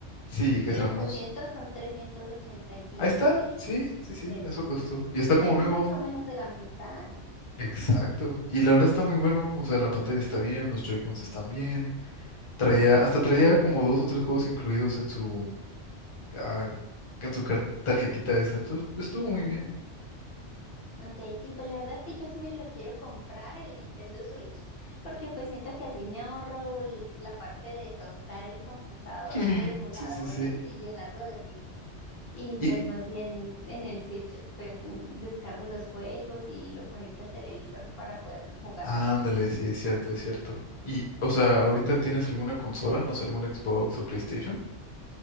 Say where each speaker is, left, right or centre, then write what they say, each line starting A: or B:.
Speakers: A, on the left; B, on the left.
A: sí, que
B: Mil
A: serán
B: ochocientos
A: unos,
B: son trescientos ochenta y cinco
A: ahí está,
B: mil
A: sí, sí, sí,
B: pesos.
A: eso costó. Y está como
B: Es
A: nuevo,
B: mucho menos de la mitad.
A: Exacto. Y la verdad está muy bueno. O sea, la pantalla está bien, los Joy-Cons están bien. Traía, hasta traía como dos o tres juegos incluidos en su, ah, en su car- tarjetita esa. Entonces, pues, estuvo muy
B: Mm.
A: bien.
B: Ok, sí, pues la verdad es que yo sí me lo quiero comprar el Nintendo Switch, porque pues siento que así me ahorro l- la parte de tostar el computador
A: <laughs>
B: de emuladores
A: Sí, sí, sí.
B: y llenarlo de virus. Y
A: Y
B: pues más bien en el Switch pues mm, descargo los juegos y lo conecto al televisor para poderlo jugar
A: ándale,
B: ahí súper.
A: sí, es cierto, es cierto. Y, o sea, ¿ahorita tienes alguna consola? No sé, algún Xbox o PlayStation.